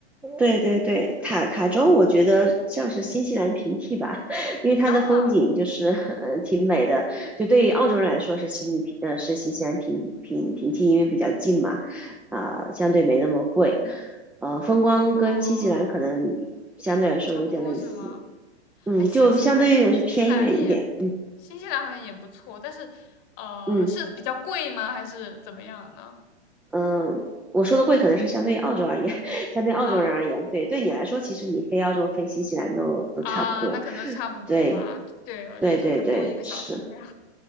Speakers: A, in the centre; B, on the left (about 35°).
A: 对对对，塔塔州我觉得像是新西兰平替吧，<laughs> 因为它的风景就是
B: 啊。
A: <laughs> 呃挺美的，就对于澳洲人来说是悉尼平呃是新西兰平平平替，因为比较近嘛，啊、相对没那么贵，呃，风光跟新西兰可能相对来说有点类似，
B: 哦，差不多是吗？
A: 嗯，
B: 哎，新西兰，
A: 就相对来说偏远一点，
B: 新西兰也，新西兰好像也不错，但是呃，
A: 嗯。
B: 是比较贵吗？还是怎么样呢？
A: 嗯，我说的贵可能是相对于澳洲而言，<laughs> 相对澳洲人而言，
B: 啊
A: 对，对你来说，其实你飞澳洲、飞新西兰都都差不多。
B: 啊，那可能差不多吧。
A: 对，
B: 对，
A: 对，
B: 也就可能多一个小时这样
A: 对，对，是，